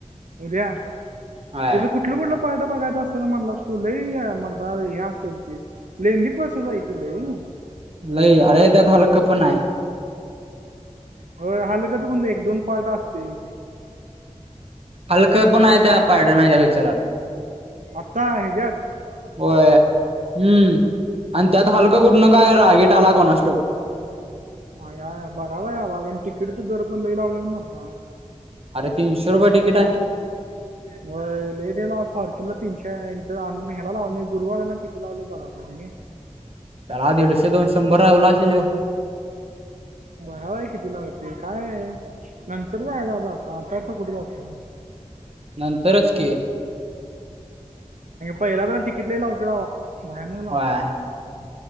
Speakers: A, on the right (about 80°); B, on the right (about 50°).
A: उद्या.. त्याज
B: होय
A: कुठ कुठलं.. कुठलं.. पार्ट बघायं असेल म्हणलास तू लई या मर्दा हे असेल ते मेंदी पर्सन हाय ती लई
B: लई, अरे हलक पण हाय.
A: होय.. हलकट म्हणे, एक- दोन पार्ट असतेय.
B: हलकं पण आहे त्या स्पायडरमॅन च्या विचारात
A: आता ह्याज्यात
B: होय, हम्म.. आणि त्यात हलकं कुठन काय रागिट आला कोणास ठाऊक.
A: ह.. या.. बघावा या वाघा आणि तिकीटच दर पण लई लावल्या मर्दा.
B: अरे.. तीनशे रुपये तिकीट आहे.
A: व्हय.. लई दिलाव फॉर्च्युनला तीनशे आहे इथ, ह्याला लावले गुरुवाराला किती लावले बघा पाहिजे नई.
B: त्याला दीडशे, दोनशे, शंभर लावला असेल यो.
A: बगाव आहे किती लावले ते, का.. य.. नंतर जायच बा आप आता आता कुठे जातो.
B: नंतरच की
A: पहिला जर टिकीट लय लावतोय भावा.. भयानक लावतोय.
B: होय